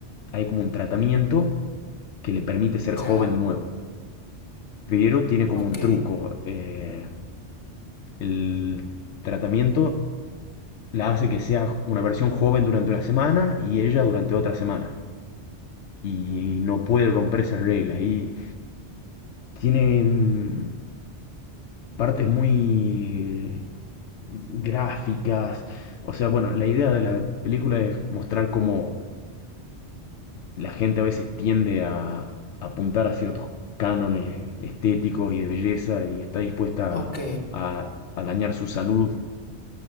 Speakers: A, on the left; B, on the left.
A: hay como un tratamiento que le permite ser
B: ¿Ya?
A: joven de nuevo. Pero tiene como
B: Ok.
A: un truco. eh, el tratamiento la hace que sea una versión joven durante una semana y ella durante otra semana. Y no puede romper esas reglas. Y tiene mm, partes muy gráficas. O sea, bueno, la idea de la película es mostrar cómo la gente a veces tiende a apuntar a ciertos cánones estéticos y de belleza y está dispuesta
B: Ok.
A: a, a dañar su salud